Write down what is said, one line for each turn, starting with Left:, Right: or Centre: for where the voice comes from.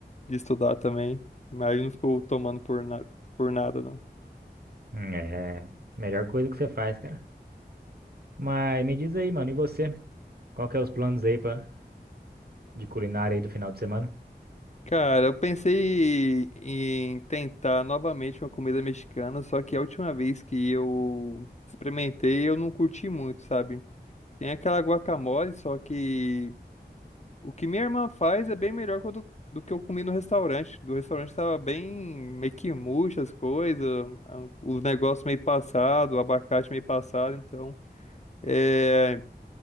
Left: de estudar também. Mas eu não ficou tomando por, na, por nada, não.
Right: É. Melhor coisa que você faz, cara. Mas me diz aí, mano, e você? Qual que é os planos aí pra... de culinária aí do final de semana?
Left: Cara, eu pensei em tentar novamente uma comida mexicana, só que a última vez que eu experimentei, eu não curti muito, sabe? Tem aquela guacamole, só que o que minha irmã faz é bem melhor que o do, do que eu comi no restaurante. Do restaurante tava bem meio que murcha as coisas, a- os negócios meio passado, o abacate meio passado, então é,